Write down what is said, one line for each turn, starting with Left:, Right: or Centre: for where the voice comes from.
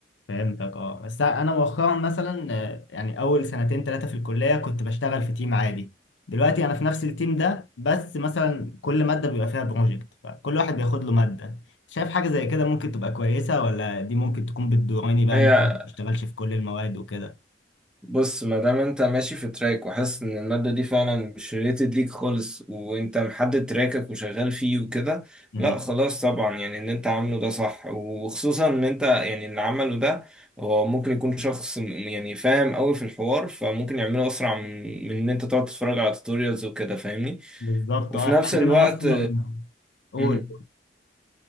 Left: فهمتك اه بس انا مؤخرا مثلا آه، يعني اول سنتين ثلاثه في الكليه كنت بشتغل في تيم عادي دلوقتي انا في نفس التيم ده بس مثلا كل ماده بيبقى فيها بروجكت فكل واحد بياخد له ماده شايف حاجه زي كده ممكن تبقى كويسه ولا دي ممكن تكون بتضرني بقى
Centre: هي
Left: إن أنا ما بشتغلش في كل المواد وكده
Centre: بص ما دام انت ماشي في تراك وحاسس ان المادة دي فعلا مش ريليتد ليك خالص وانت محدد تراكك وشغال فيه وكده
Left: امم
Centre: لا خلاص طبعا يعني اللي انت عامله ده صح وخصوصا ان انت يعني اللي عمله ده هو ممكن يكون شخص م- يعني فاهم قوي في الحوار فممكن يعمله اسرع من من ان انت تقعد تتفرج على توتوريالز وكده فاهمني
Left: بالظبط
Centre: وفي
Left: اه احنا
Centre: نفس
Left: عندنا
Centre: الوقت
Left: اصلا قول
Centre: مم.